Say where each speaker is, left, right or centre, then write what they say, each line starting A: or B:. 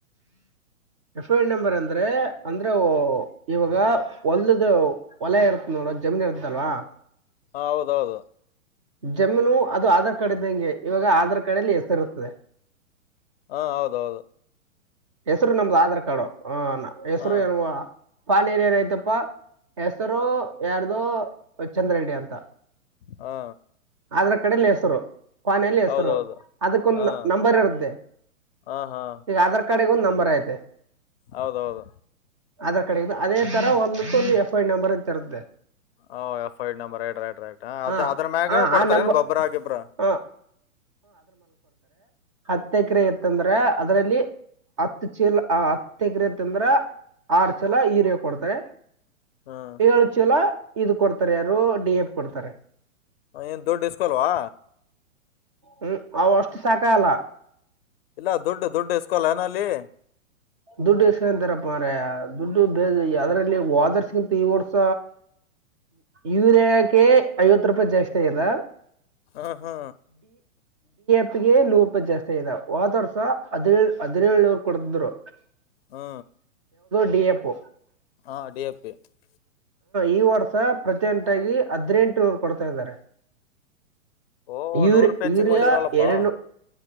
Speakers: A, on the right; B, on the left.
A: ಎಫ್ ಐ ನಂಬರ್ ಅಂದ್ರೆ ಅಂದ್ರೆ ಇವಾಗ ಹೊಲದ ಒಲೆ ಇರುತ್ತ ನೋಡ ಜಮೀನ್ ಇರ್ತ್ತಲ್ವಾ
B: ಹ ಹೌದೌದು
A: ಜಮನು ಅದು ಆಧಾರ್ ಕಾರ್ಡ್ ಇದ್ದಂಗೆ ಇವಾಗ ಆಧಾರ್ ಕಾರ್ಡ್ಲ್ಲಿ ಹೆಸರಿ ಇರುತದೆ
B: ಹಾ ಹೌದೌದು
A: ಹೆಸರು ನಮ್ದು ಆಧಾರ್ ಕಾರ್ಡು ಹ ಹೆಸರು
B: ಹಾ
A: ಏಲ್ವಾ ಪಾನೀನ ಏನಯ್ತಪ್ಪಾ ಹೆಸರು ಯಾರ್ದು ಚಂದ್ರಡ್ಡಿ ಅಂತ
B: ಹಾ
A: ಅದ್ರ ಕಡೆಲಿ ಹೆಸರು ಫೋನಲ್ಲಿ ಹೆಸರು
B: ಹೌದೌದು
A: ಅದಕ್ಕೊಂದು
B: ಹಾ
A: ನಂಬರ್ ಇರು್ದೆ
B: ಹಾ ಹಾ
A: ಆಧಾರ್ಿಗೆ ಒಂದುಂಬರ್ ಐತೆ
B: ಹೌದೌದು
A: ಅದ ಕಡೆ ಅದೇ ತರ ಒಂದು ಂದು ಎಫ್ ಐ ನಂಬರ್ ಅಂತರದ್ದೆ
B: ಓ F I ID number ID right right ಅದ
A: ಹಾ
B: ಅದ್ರ ಮ್ಯಾಗ
A: ಹಾ
B: ಕೊಡ್ತಾರೆ
A: ಆ ನಂಬರ್
B: ಏನ್ ಗೊಬ್ಬ್ರ ಆಗಿಬ್ರ
A: ಹಾ ಹತ್ ಎಕರೆ ಇತ್ತಂದ್ರೆ ಅದ್ರಲ್ಲಿ ಹತ್ತು ಚೀಲ ಹತ್ತು ಎಕರೆ ತಂದ್ರ ಆರು ಚಲ ಹೀರ್ಯ ಕೊಡ್ತಾರೆ
B: ಹ್ಮ್
A: ಈಗ ಚ ಎಲ್ಲ ಇದು ಕೊಡ್ತಾರೆ ಯಾರು ಡಿ ಎಫ್ ಕೊಡ್ತಾರೆ
B: ಏನ್ ದುಡ್ಡು ಇಸ್ಕೊಲ್ವಾ
A: ಹ್ಮ್ ಅವ ಅಷ್ಟು ಸಾಕಲ್ಲ
B: ಇಲ್ಲ ದುಡ್ಡು ದುಡ್ಡು ಇಸ್ಕೋಲ್ಲ ಏನಲ್ಲಿ
A: ದುಡ್ಡು ಎಸ್ಕಂತಾರಪ್ಪ ಅಂದ್ರ ದುಡ್ಡು ಬೇ ಅದರಲ್ಲಿ ವಾದರ್ಸ್ಗಿಂತ ಈ ವರ್ಷ ಯೂರಿಯಾಕ ಐವತ್ತು ರೂಪಾಯಿ ಜಾಸ್ತಿ ಆಗ್ಯದ
B: ಹ್ಮ ಹಾ
A: ಪ್ಪಗೆ ನೂರು ರೂಪಾಯಿ ಜಾಸ್ತಿ ಆದ ಹ ಒದ ವರ್ಷ ಹದಿನೇಳು ಹದಿನೇಳುನರು ಕುಡದ್ರು
B: ಹಾ
A: ಅಪ್ಪ
B: ಹಾ ಅಡಿಯ ಮತ್ತು <inaudible>
A: ಈ ವಾಟ್ಸ್ಪ್ ಪ್ರತಿೊಂಟಾಗಿ ಹದ್ನೆಂಟು ರು ಕೊಡ್ತಾ ಇದ್ದಾರೆ
B: ಓ
A: ಯುರ್
B: ನೂರು ರೂಪಾಯಿ ಹೆಚ್ಚಿಗೆ
A: ಯೂರಿಯಾ
B: ಮಾಡಿದ್ರಲ್ಲಪ್ಪಾ
A: ಎರಡ್ನು